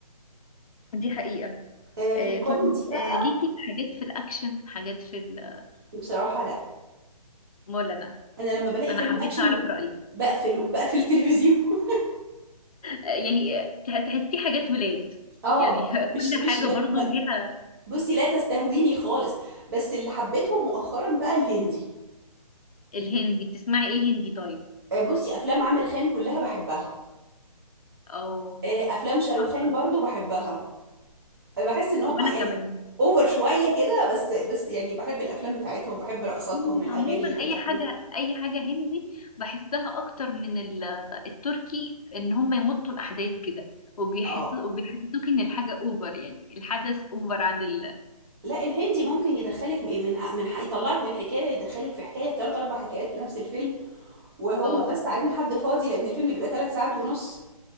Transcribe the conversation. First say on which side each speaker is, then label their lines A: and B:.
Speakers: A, on the left (about 65°); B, on the right (about 35°).
A: دي حقيقة
B: آه، في
A: آه،
B: الكوميدي
A: طيب
B: بقى
A: آه، ليكي في حاجات في الأكشن حاجات في ال-
B: بصراحه لا
A: ولا لا
B: انا لما بلاقي
A: أنا
B: فيلم
A: حبيت
B: اكشن
A: أعرف رأيك
B: بقفله بقفل التلفزيون <laughs>
A: آه، يعني آه، تح- تحسي حاجات ولاد
B: اه
A: يعني <laughs>
B: مش
A: كل
B: مش
A: حاجة
B: ما
A: برضو
B: ما-
A: ليها
B: بصي لا تستهويني خالص بس اللي حبيتهم مؤخرا بقى الهندي
A: الهندي بتسمعي إيه هندي طيب
B: آه، بصي افلام عامر خان كلها بحبها
A: اه
B: آه، افلام شاروخان
A: تحفة
B: برضو بحبها بحس ان هم
A: وأنا
B: يعني
A: كمان
B: اوفر شويه كده بس بس يعني بحب الافلام بتاعتهم بحب رقصاتهم
A: هم
B: الاغاني
A: عموما
B: اللي في
A: أي
B: الافلام
A: حاجة أي حاجة هندي بحسها أكتر من ال- التركي إن هم يمطوا الأحداث كده وبيحسوا
B: اه
A: وبيحسسوك إن الحاجة أوفر يعني الحدث أوفر عن ال
B: لا الهندي ممكن يدخلك م- من ع- من ح- يطلعك من حكايه يدخلك في حكايه في ثلاث اربع حكايات في نفس الفيلم وهم
A: اه صح
B: بس عايزين حد فاضي لان الفيلم بيبقى ثلاث ساعات ونص